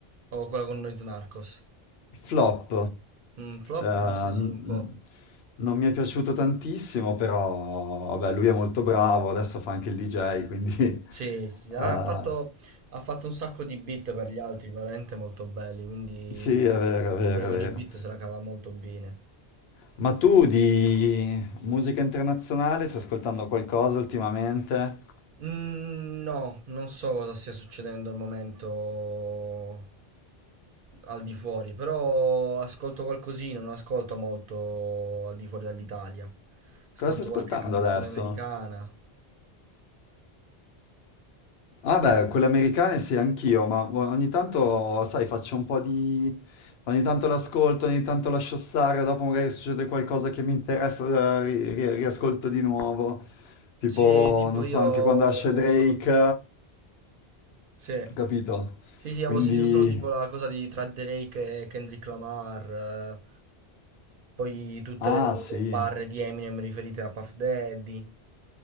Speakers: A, on the right (about 60°); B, on the left (about 75°).
A: o quella con Noyz Narcos?
B: Flop,
A: Mm, flop
B: Eh,
A: forse sì,
B: n-
A: un po'.
B: non mi è piaciuto tantissimo, però vabbè, lui è molto bravo, adesso fa anche il DJ, quindi... <laughs>
A: Sì, sì, sì, ha
B: eh,
A: fatto, ha fatto un sacco di beat per gli altri, veramente molto belli, quindi
B: sì, è vero, è vero,
A: pure con
B: è vero.
A: i beat se la cava molto bene.
B: Ma tu di musica internazionale stai ascoltando qualcosa ultimamente?
A: Mm, no, non so cosa stia succedendo al momento al di fuori, però ascolto qualcosina, non ascolto molto al di fuori dall'Italia. Ascolto
B: Cosa stai ascoltando
A: qualche canzone
B: adesso?
A: americana.
B: Ah beh, quelle americane sì, anch'io, ma ogni tanto, sai, faccio un po' di... ogni tanto l'ascolto, ogni tanto lascio stare, dopo magari succede qualcosa che mi interessa, eh, ri- ri- riascolto di nuovo. Tipo,
A: Sì, tipo
B: non
A: io
B: so, anche quando esce Drake,
A: solo... Sì.
B: capito?
A: Sì, sì, avevo
B: Quindi...
A: sentito solo tipo la cosa di tra Drake e Kendrick Lamar, eh, poi tutte
B: Ah
A: le,
B: sì,
A: le barre di Eminem riferite a Puff Daddy.